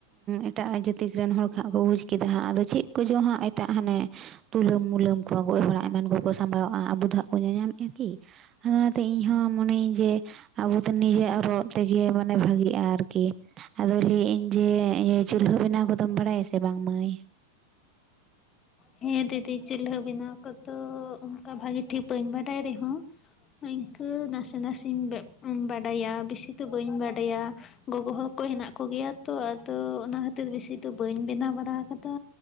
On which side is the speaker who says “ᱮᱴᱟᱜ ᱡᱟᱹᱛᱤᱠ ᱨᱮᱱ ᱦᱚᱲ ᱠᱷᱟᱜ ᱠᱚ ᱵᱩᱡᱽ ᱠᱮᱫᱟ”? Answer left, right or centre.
Right